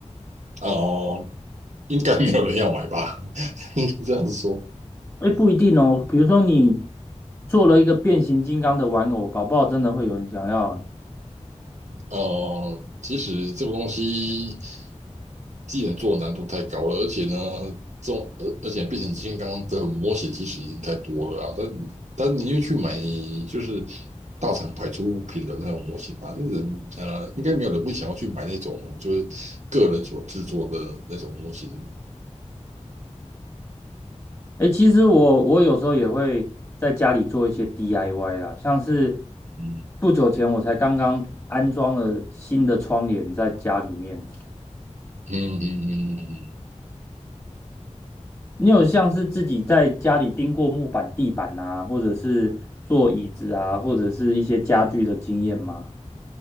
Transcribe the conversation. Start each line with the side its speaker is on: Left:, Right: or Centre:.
Right: 哦、应该没有人要买吧？<laughs> 应该这样子说。
Left: 诶，不一定哦。比如说你做了一个变形金刚的玩偶，搞不好真的会有人想要欸
Right: 呃，其实这个东西既然做的难度太高了，而且呢，这种而而且变形金刚的模型其实已经太多了啊。但但你又去买就是大厂牌出品的那种模型啊，那人呃应该没有人会想要去买那种就是个人所制作的那种模型。
Left: 诶，其实我我有时候也会在家里做一些 DIY 啦，像是
Right: 嗯
Left: 不久前我才刚刚安装了新的窗帘在家里面。
Right: 嗯嗯嗯嗯
Left: 你有像是自己在家里钉过木板、地板啊，或者是做椅子啊，或者是一些家具的经验吗？